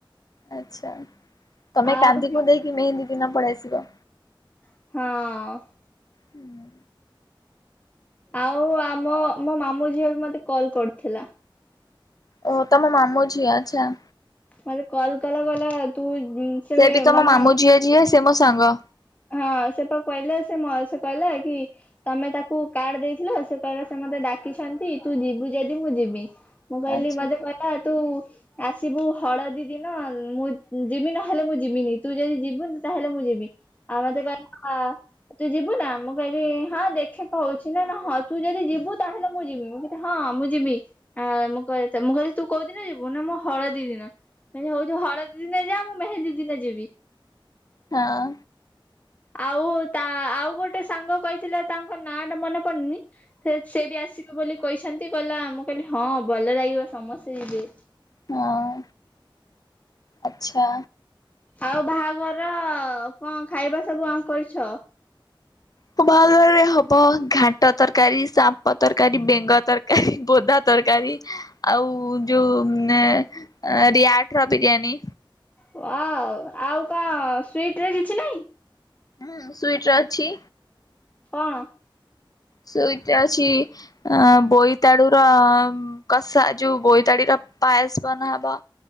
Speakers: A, on the left; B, on the left.
A: ଆଚ୍ଛା ତମେ
B: ଆଉ
A: କାନ୍ଦି କୁନ୍ଦାକି ମେହେନ୍ଦୀ ଦିନ ପଳେଇ ଆସିବ।
B: ହଁ।
A: ହୁଁ
B: ଆଉ ଆମ ମୋ ମାମୁଁ ଝିଅ ବି ମତେ କଲ୍ କରିଥିଲା।
A: ଓ ତମ ମାମୁଁ ଝିଅ ଆଚ୍ଛା।
B: ମତେ କଲ କଲା କହିଲା ତୁ ସେ <unintelligible>
A: ବି ତମ
B: ମାନେ
A: ମାମୁଁ ଝିଅ ଯିଏ ସେ ମୋ ସାଙ୍ଗ।
B: ହଁ ସେତ କହିଲା ସେ ମ ସେ କହିଲା କି ତମେ ତାକୁ କାର୍ଡ଼ ଦେଇଥିଲ ସେ କହିଲା ସେ ମତେ ଡାକିଛନ୍ତି ତୁ ଯିବୁ ଯଦି ମୁଁ ଯିବି ମୁଁ କହିଲି
A: ଆଚ୍ଛା
B: ମତେ କହିଲା ତୁ ଆସିବୁ ହଳଦୀ ଦିନ ମୁଁ ଯିବି ନହେଲେ ମୁଁ ଯିବିନି ତୁ ଯଦି ଯିବୁନି ତାହେଲେ ମୁଁ ଯିବି। ଆଉ ମତେ କହିଲା ତୁ ଯିବୁ ନା ମୁଁ କହିଲି ହଁ ଦେଖେ <unintelligible> ‌ନା ହଁ ତୁ ଯଦି ଯିବୁ ତାହେଲେ ମୁଁ ଯିବି। ହଁ ମୁଁ ଯିବି ଆ ମୁଁ କହି ମୁଁ କହିଲି ତୁ କୋଉଦିନ ଯିବୁ ନା ମୁଁ ହଳଦୀ ଦିନ। ମୁଁ କହିଲି ହଉ ତୁ ହଳଦୀ ଦିନ ଜା ମୁଁ ମେହେନ୍ଦୀ ଦିନ ଯିବି।
A: ହଁ।
B: ଆଉ ତା ଆଉ ଗୋଟେ ସାଙ୍ଗ କହିଥିଲା ତାଙ୍କ ନାଁ ଟା ମନେ ପଡୁନି। ସେ ସେ ବି ଆସିବ ବୋଲି କହିଛନ୍ତି କହିଲା ମୁଁ କହିଲି ହଁ ଭଲ ଲାଗିବ ସମସ୍ତେ ଯିବେ।
A: ହଁ ଆଚ୍ଛା।
B: ଆଉ ବାହାଘର କଣ ଖାଇବା ସବୁ କଣ କରିଛ?
A: ମୋ ବାହାଘର ରେ ହବ ଘାଣ୍ଟ ତରକାରୀ, <unintelligible> ତରକାରୀ, ବେଙ୍ଗ ତରକାରୀ, ବୋଦା ତରକାରୀ। ଆଉ ଯୋଉ ଏ ରିଆଟର ବିରିୟାନୀ।
B: ୱାଓ ଆଉ କଣ ସ୍ବିଟ୍ ରେ କିଛି ନାଇଁ?
A: ହୁଁ ସ୍ବିଟ୍ ରେ ଅଛି।
B: କଣ?
A: ସ୍ବିଟ୍ ରେ ଅଛି ଆଁ ବୋଇତାଳୁ ର କଷା ଯୋଉ ବୋଇତାଡି଼ର ପାଏସ ବନାହବ